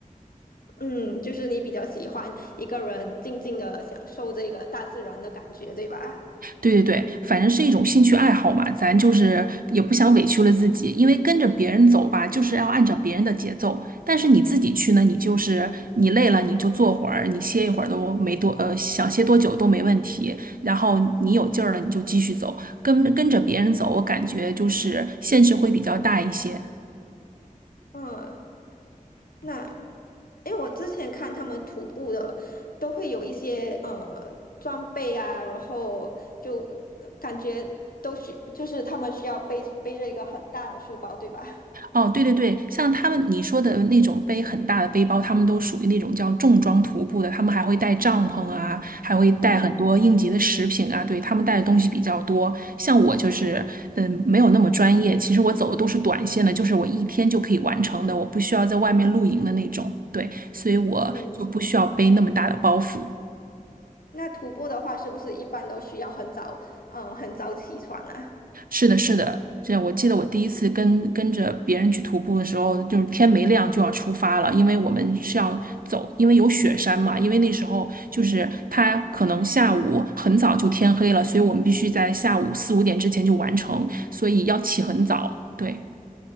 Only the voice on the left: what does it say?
嗯，就是你比较喜欢一个人静静的享受这个大自然的感觉，对吧？
嗯，那因为我之前看他们徒步的，都会有一些呃装备啊，然后就呃感觉都是就是他们需要背背着一个很大的书包，对吧？
嗯
嗯，那徒步的话，是不是一般都需要很早呃很早起床啊？